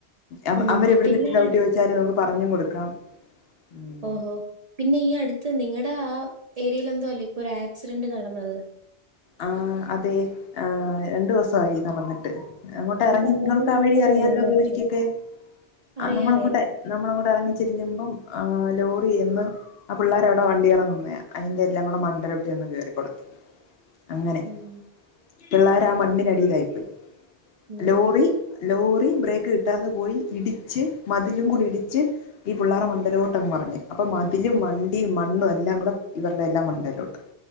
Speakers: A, on the left; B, on the right.
A: അവ
B: ഉം.
A: അവര് എവിട്ന്നിട്ട്
B: പിന്നെ
A: ഡൗട്ട് ചോദിച്ചാലും നമുക്ക് പറഞ്ഞും കൊടുക്കാം. ഉം
B: ഓഹോ, പിന്നെ ഈ അടുത്ത് നിങ്ങളുടെ ആ, ഏരിയൽ എന്തോ അല്ലേ ഇപ്പൊ ഒരു ആക്സിഡന്റ് നടന്നത്.
A: ആഹ് അതെ. ഏഹ് രണ്ട് ദിവസവായി നടന്നിട്ട്. അങ്ങോട്ട് എറങ്ങി
B: അറിയാവുന്ന
A: നിങ്ങൾക്ക് ആ
B: ആൾക്കാരാണോ
A: വഴി അറിയാലോ
B: മരിച്ചത്
A: ഗൗരിക്കൊക്കെ ആഹ്
B: അറിയാം
A: നമ്മളങ്ങോട്ട്
B: അറിയാം
A: നമ്മള് അങ്ങോട്ട് എറങ്ങിച്ചെല്ലുമ്പം ആഹ് ലോറി ചെന്ന് ആ പിള്ളേരവിടെ വണ്ടി കേറാൻ നിന്നയാ അയിന്റെ എല്ലാം കൂടെ മണ്ടയ്ലോട്ട് ചെന്ന് കേറിക്കൊടുത്തു. അങ്ങനെ
B: ഉം.
A: പിള്ളേരാ മണ്ണിനടിയിലായിപ്പോയി.
B: ഉം.
A: ലോറി ലോറി ബ്രേക്ക് കിട്ടാതെ പോയി ഇടിച്ച് മതിലും കൂടി ഇടിച്ച് ഈ പിള്ളാരെ മണ്ടയിലോട്ട് അങ്ങ് മറിഞ്ഞ്. അപ്പൊ മതിലും വണ്ടിയും മണ്ണും എല്ലാം കൂടെ ഇവര്ടെ എല്ലാം മണ്ടേലോട്ട്